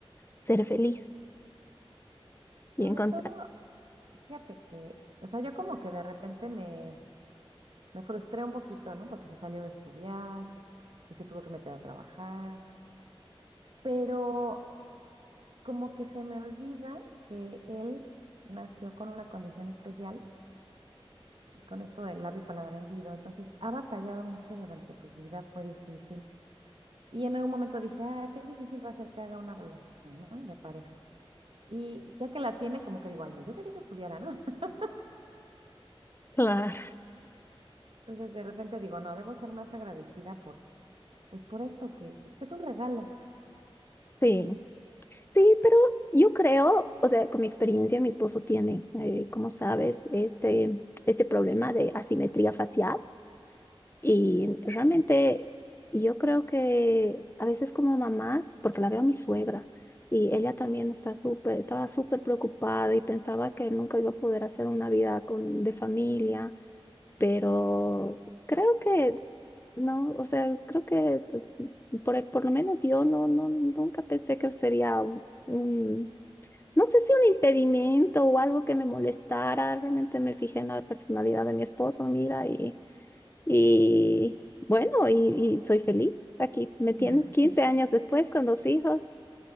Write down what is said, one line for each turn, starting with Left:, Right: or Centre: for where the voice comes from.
Left: ser feliz.
Right: Sobre
Left: y encontrar.
Right: todo, fíjate que, o sea, yo como que de repente me, me frustré un poquito, ¿no? Porque se salió de estudiar y se tuvo que meter a trabajar, pero como que se me olvida que él nació con una condición especial con esto del labio paladar hendido, entonces ha batallado mucho durante su vida, fue difícil. Y en algún momento dije, ah, qué difícil va a ser que haga una relación, ¿no? De pareja. Y ya que la tiene, como que digo, ay, no, yo quería que estudiara, ¿no? <laughs>
Left: Claro.
Right: Entonces de repente digo, no, debo ser más agradecida por, pues por esto que, que es un regalo,
Left: Sí,
Right: realmente.
Left: sí, pero yo creo, o sea, con mi experiencia, mi esposo tiene, eh, como sabes, este, este problema de asimetría facial y realmente yo creo que a veces como mamás, porque la veo a mi suegra y ella también está súper, estaba súper preocupada y pensaba que nunca iba a poder hacer una vida con, de familia, pero
Right: Ujú.
Left: creo que No, o sea, creo que t- por, por lo menos yo no, no, nunca pensé que sería u- un, no sé si un impedimento o algo que me molestara. Realmente me fijé en la personalidad de mi esposo, mira, y, y bueno, y, y soy feliz. Aquí me tienes
Right: <laughs>
Left: 15 años después con dos hijos.